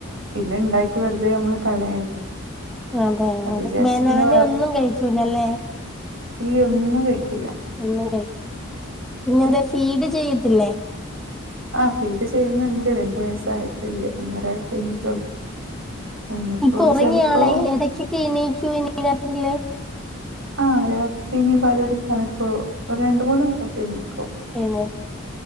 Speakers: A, on the right; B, in the centre.
A: പിന്നെ ഉണ്ടാക്കി വെർ തെ മ്മള് കളയണ്ടേ.
B: അ അതെ
A: അത്
B: അ
A: വിചാരിച്ച്
B: ബനാന
A: പിന്നെ
B: ഒന്നും കഴിക്കൂലല്ലെ.
A: ഇല്യ ഒന്നും കഴിക്കില്ല.
B: ഒന്നും കഴി പിന്നെന്തേ ഫീഡ് ചെയ്‌യത്തില്ലേ.
A: അ ഫീഡ് ചെയ്യ്ന്ന്ണ്ട് രണ്ട് വയസ്സായിട്ടില്യ ഒന്നേര വയസ് കഴിഞ്ഞിട്ടുള്ളൂ കഴിഞ്ഞപ്പോ
B: ഇപ്പൊറങ്ങിയാളെ
A: ചിലപ്പോ
B: ഇടയ്ക്കൊക്കെ എണീക്കോ ഇനി രാത്രീൽ.
A: ആ രാത്രിഇനി പാലു കുടിക്കാനൊക്കെ ഒരു രണ്ട് മൂന്ന് വട്ടംക്കണീക്കും.
B: എയ്ന്നെ